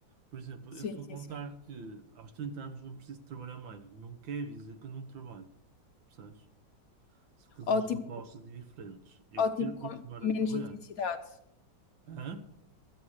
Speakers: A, on the right; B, on the left.
A: por exemplo,
B: Sim,
A: eu estou
B: sim,
A: a contar
B: sim.
A: que aos 30 anos não preciso trabalhar mais. Não quer dizer que eu não trabalho, percebes? São coisas
B: Ou tipo,
A: opostas e diferentes. Eu
B: Ou
A: quero
B: tipo
A: continuar
B: com menos
A: a trabalhar.
B: intensidade.
A: Hã?